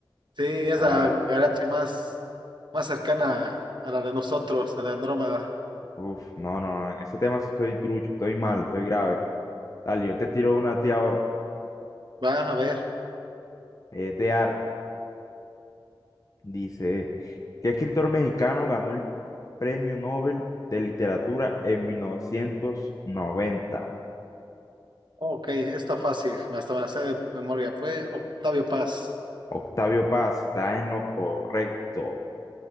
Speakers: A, on the right; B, on the left.
A: sí, es
B: Ah,
A: la galaxia más, más cercana a la de nosotros, a la de Andrómeda.
B: uf, no, no. no. En ese tema sí estoy trucho, estoy mal, estoy grave. Dale, yo te tiro una a ti ahora.
A: Va a ver.
B: Es de arte. Dice, ¿qué escritor mexicano ganó el Premio Nobel de Literatura en 1990?
A: Ok, está fácil. Hasta me la sé de memoria. Fue Octavio Paz.
B: Octavio Paz, está en lo correcto.